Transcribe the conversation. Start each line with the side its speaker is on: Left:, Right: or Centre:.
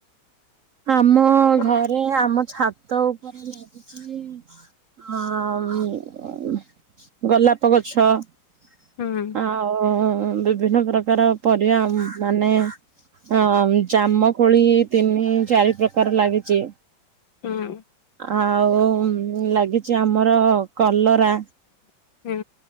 Right: ଆମ
Left: ହୁଁ
Right: ଘରେ ଆମ ଛାତ ଉପରେ ଲାଗୁଛି ଆଁ ଉଁ ଗୋଲାପ ଗଛ ଆ
Left: ହୁଁ
Right: ଆଉ ବିଭିନ୍ନ ପ୍ରକାର ପରିବା ମାନେ ହଁ ଜାମ କୋଳି ତିନି ଚାରି ପ୍ରକାର ଲାଗିଚି
Left: ହୁଁ।
Right: ଆଉ ଲାଗିଚି ଆମର କଲରା
Left: ହୁଁ।